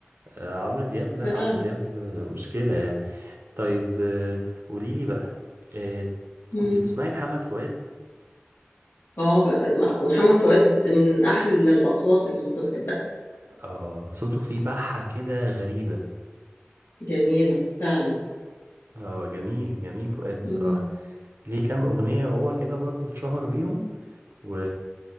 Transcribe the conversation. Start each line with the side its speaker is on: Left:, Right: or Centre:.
Right: آه، عمرو دياب لا
Left: فعلا
Right: عمرو دياب آه، مشكلة يعني طيب آه قولي لي بقى آه،
Left: مم.
Right: كنت بتسمعي محمد فؤاد
Left: اه بقى مع- محمد فؤاد من أحلى الأصوات اللي كنت بحبها
Right: اه صوته فيه بحة كده غريبة
Left: جميلة فعلا
Right: اه جميل جميل فؤاد بصراحة
Left: مم.
Right: ليه كام أغنية هو كده برضو اتشهر بيهم و...